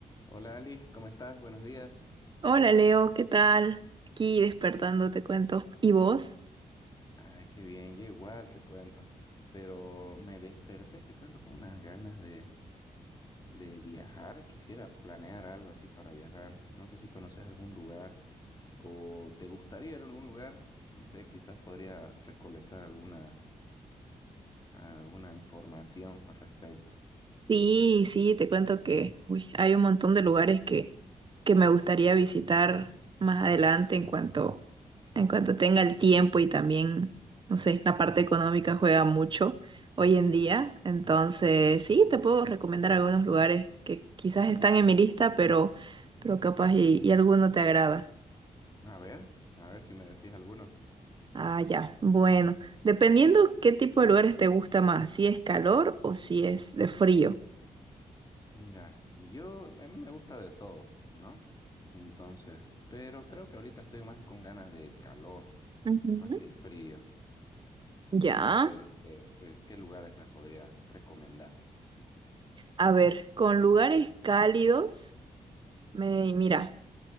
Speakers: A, on the left; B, on the right.
A: Hola Alice, ¿cómo estás? Buenos días.
B: Hola Leo, ¿qué tal? Aquí despertando, te cuento. ¿Y vos?
A: Ay, qué bien, yo igual te cuento. Pero me desperté, te cuento, con unas ganas de, de viajar. Quisiera planear algo así para viajar. No sé si conoces algún lugar o te gustaría ir a algún lugar. No sé, quizás podría recolectar alguna, alguna información al respecto.
B: Sí, sí, te cuento que uy, hay un montón de lugares que, que me gustaría visitar más adelante en cuanto, en cuanto tenga el tiempo y también, no sé, la parte económica juega mucho hoy en día. Entonces, sí, te puedo recomendar algunos lugares que quizás están en mi lista, pero, pero capaz y, y alguno te agrada.
A: A ver, a ver si me decís alguno.
B: Ah, ya. Bueno, dependiendo qué tipo de lugares te gusta más, si es calor o si es de frío.
A: Mira, y yo, a mí me gusta de todo, ¿no? Entonces, pero creo que ahorita estoy más con ganas de calor,
B: Ujú.
A: más que el frío.
B: Ya.
A: A ver, este, ¿qué qué lugares me podría recomendar?
B: A ver, con lugares cálidos, me, mira,